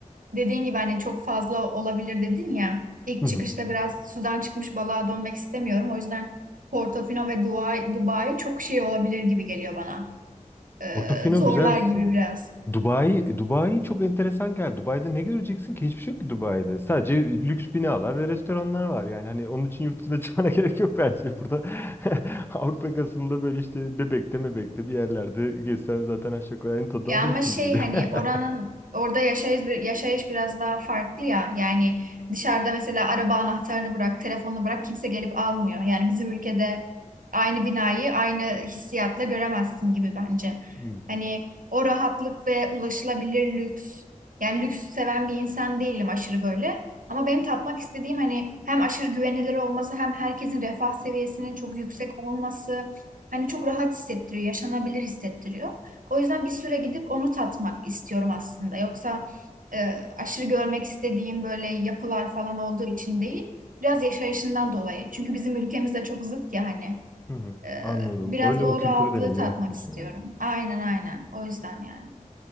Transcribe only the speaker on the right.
dediğin gibi hani çok fazla olabilir dedin ya. İlk
çıkışta biraz sudan çıkmış balığa dönmek istemiyorum. O yüzden Portofino ve Dubai, Dubai çok şey olabilir gibi geliyor bana. Ee,
zorlar
gibi biraz.
Ya
ama şey
hani
oranın orada yaşayış, yaşayış biraz daha farklı ya. Yani dışarıda mesela araba anahtarını bırak, telefonunu bırak kimse gelip almıyor. Yani bizim ülkede aynı binayı aynı hissiyatla göremezsin gibi bence.
Hani o rahatlık ve ulaşılabilir lüks. Yani lüks seven bir insan değilim aşırı böyle. Ama benim tatmak istediğim hani hem aşırı güvenilir olması hem herkesin refah seviyesinin çok yüksek olması hani çok rahat hissettiriyor, yaşanabilir hissettiriyor. O yüzden bir süre gidip onu tatmak istiyorum aslında. Yoksa e, aşırı görmek istediğim böyle yapılar falan olduğu için değil, biraz yaşayışından dolayı. Çünkü bizim ülkemizle çok zıt ya hani.
E,
biraz
o
rahatlığı
tatmak
istiyorum.
Aynen aynen. O yüzden yani.